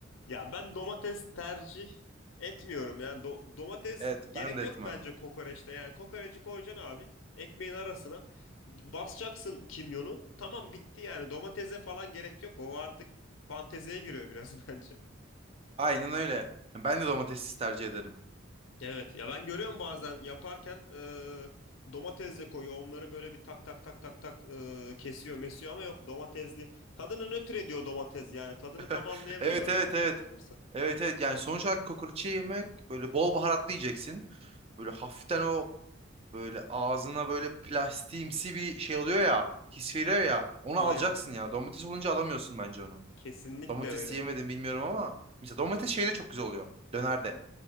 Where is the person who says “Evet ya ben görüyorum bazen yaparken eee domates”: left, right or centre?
Left